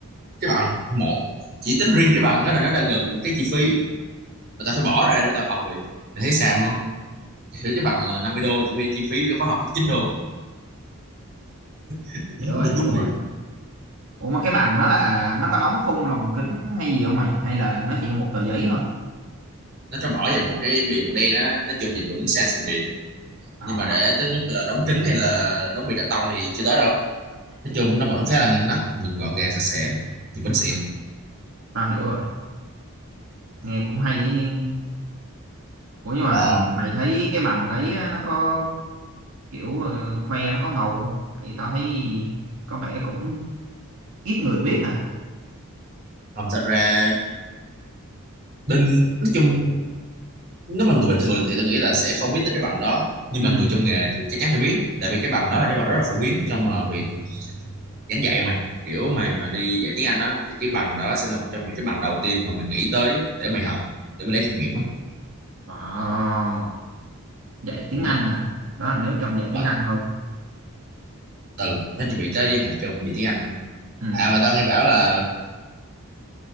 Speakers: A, on the right (about 45°); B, on the right (about 75°).
A: cái bằng một chỉ tính riêng cái bằng đó là nó đã gần cái chi phí mà tao phải bỏ ra để tao học rồi mày thấy xàm không hiểu cái bằng là năm mươi đô chuẩn bị chi phí cho khóa học cũng chín đô <laughs>
B: hiểu
A: đúng,
B: rồi hiểu
A: đúng
B: rồi
A: bịp
B: ủa mà cái bằng nó là nó có đóng khung lồng kính hay gì không mày hay là nó chỉ là một tờ giấy thôi
A: nó cho bỏ vào một cái bìa màu đen á nói chung nhìn cũng sang xịn mịn
B: ờ
A: nhưng mà để tới mức là đóng kính hay là đóng bìa cà tông thì chưa tới đâu nói
B: hiểu
A: chung nó vẫn khá là ngăn nắp nhìn gọn gàng sạch sẽ nhìn vẫn xịn
B: à, tao hiểu rồi nghe cũng hay ấy chứ ủa nhưng mà
A: còn
B: mày thấy cái bằng đấy á, nó có kiểu ờ, khoe nó có ngầu không thì tao thấy có vẻ cũng ít người biết hả
A: phòng thật ra bên nói chung nếu mà người bình thường thì tôi nghĩ là sẽ không biết tới cái bằng đó nhưng
B: ừ
A: mà người trong nghề thì chắc chắn phải biết tại vì cái bằng đó là cái bằng rất là phổ biến trong ờ, việc giảng dạy mày kiểu mày mà đi dạy tiếng Anh á thì cái bằng đó sẽ là một trong những cái bằng đầu tiên mà mày nghĩ tới để mày học để mày lấy kinh nghiệm á
B: ờ dạy
A: ừ.
B: tiếng Anh hả đó là nếu trong dạy
A: Rồi,
B: tiếng Anh thôi
A: từ nó chỉ bị tới giới hạn trong việc tiếng Anh thôi
B: ừ
A: À mà tao nghe bảo là